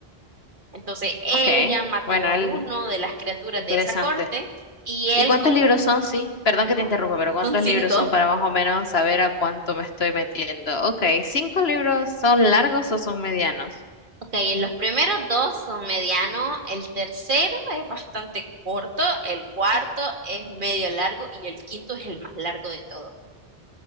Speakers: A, on the right; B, on the left.
A: Entonces ella
B: Ok.
A: mató
B: Bueno,
A: a
B: el,
A: uno de las criaturas
B: interesante.
A: de esa corte y él
B: ¿Y cuántos
A: como
B: libros son? Sí, perdón que
A: son
B: te interrumpa, pero ¿cuántos
A: son cinco.
B: libros son para más o menos saber a cuánto me estoy metiendo? Ok, ¿cinco libros son largos o son medianos?
A: Ok, los primeros dos son medianos, el tercero es bastante corto, el cuarto es medio largo y el quinto es el más largo de todos,